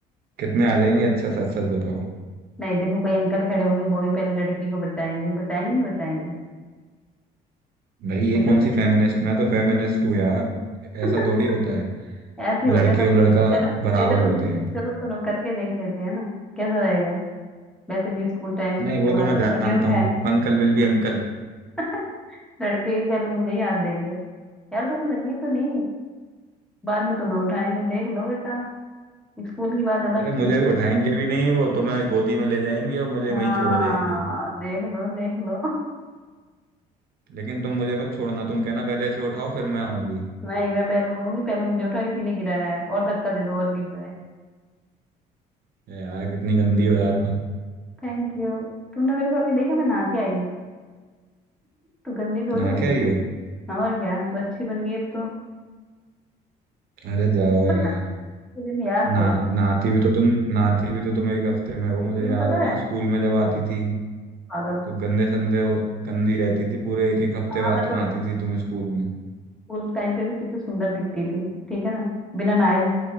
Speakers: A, on the right; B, in the centre.
A: कितने आ जाएंगे अच्छा सच सच बताओ
B: <laughs> नहीं देखो कोई अंकल खड़े होंगे वो भी पहले लड़की को बचाएंगे बचाएंगे नहीं बचाएंगे
A: भाई ये
B: बेटा
A: कौन
B: तुझे
A: सी फेमिनिस्ट मैं तो फेमिनिस्ट हूँ यार
B: <laughs>
A: ऐसा थोड़ी होता है
B: ऐसे ही होता
A: लड़की
B: है कभी
A: और लड़का
B: चलो ठीक
A: बराबर
B: है चलो
A: होते
B: ठीक है
A: हैं
B: चलो सुनो करके देख लेते हैं ना कैसा रहेगा वैसे भी स्कूल टाइम
A: नहीं
B: के
A: वो तो
B: बाद
A: मैं जानता
B: मिले तो
A: हूँ
B: है नहीं
A: अंकल विल भी अंकल
B: <laughs> लड़के भी पहले मुझे ही हाथ देंगे यार तुम्हें लगी तो नहीं बाद में तुम्हें उठाएंगे देख लो बेटा स्कूल की बात अलग
A: अरे मुझे
B: थी
A: भी उठाएंगे भी नहीं वो तुम्हें गोदी में ले जाएंगे और मुझे
B: हाँ
A: वहीं छोड़ जाएंगे
B: देख लो देख लो
A: लेकिन तुम मुझे मत छोड़ना तुम कहना पहले इसे उठाओ फिर मैं आऊंगी
B: नहीं मैं पहले बोलूंगी पहले मुझे उठाओ इसी ने गिराया है और धक्का दे दो और गिर जाए
A: ए यार कितनी गंदी हो यार तुम
B: Thank you तुमने मेरे को अभी देखा मैं नहा के आई हूँ तो गंदी थोड़ी
A: नहा
B: हुई
A: के
B: मैं
A: आई हो
B: हाँ, और क्या तो अच्छी बन गई अब तो
A: अरे जाओ
B: पर
A: यार
B: यार के दिन याद बहुत
A: ना नहाती भी तो तुम नहाती भी तो तुम एक हफ्ते में हो मुझे
B: तुम्हें
A: याद
B: पता
A: है
B: है
A: ना स्कूल में जब आती थी
B: पागल
A: तो गंदे संदे वो गंदी रहती थी पूरे एक एक हफ्ते
B: हाँ
A: बाद
B: मैं
A: तो
B: तो
A: नहाती थी तुम स्कूल में
B: स्कूल टाइम पे भी कितनी सुंदर दिखती थी ठीक है ना बिना नहाए भी